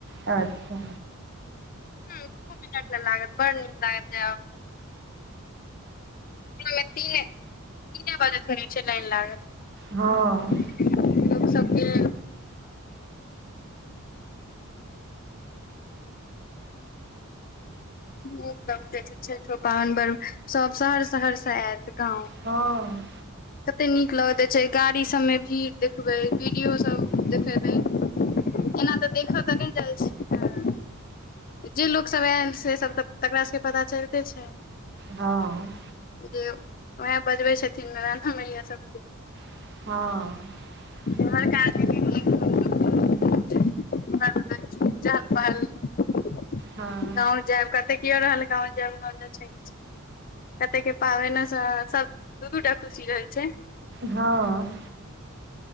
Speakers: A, on the right; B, on the left.
A: अच्छा।
B: हां दूवो मिनट नै लागत बड़ नीक लागत जाए आबै में। ओएमे तीने, तीने बजे स रहै छै लाइन लागल।
A: हँ
B: लोक सबके <unintelligible> नलब छ छे। छैठ पाबनि पर्व सब शहर शहर से आत गाँव
A: हँ
B: कते नीक लगैत रहै छै। गाड़ी सबमे भीड़ देखबै, वीडियो सब देखेबै। एना तऽ देखऽ तऽ नहि जाइ छै। जे लोक सभ आयल से सब तऽ तकरा सबके पता चलिते छै।
A: हँ
B: जे उएह बजबै छथिन रान्हा मैया सभके।
A: हँ
B: <unintelligible> हमर क <unintelligible> जान पहल
A: हँ
B: गाँव
A: <inaudible>
B: जायब कते के रहल गाँव जायब <unintelligible> क के पाबैनो सऽ, सब दू दूटा खुशी रहै छै।
A: हँ